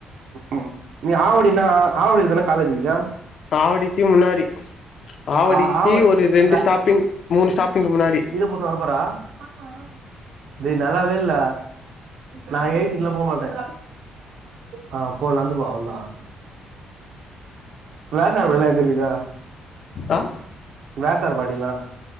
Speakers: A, on the right; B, on the left.
A: ம் நீ ஆவடினா ஆவடில தான காலேஜ் இருக்குது
B: ஆவடிக்கு முன்னாடி ஆவடிக்கு
A: ஆ ஆவடி
B: ஒரு ரெண்டு
A: வே
B: ஸ்டாப்பிங் மூணு ஸ்டாப்பிங்கு முன்னாடி
A: இத போட்னு வர போறா <unintelligible> நல்லாவே இல்ல நா எய்ன்சுட்டுலா போ மாட்டே ஆ போ நடந்து போ சொல்டா வேசார் பாடிலா எங்கிருக்குது
B: ஆ
A: வேசார் பாடில்லா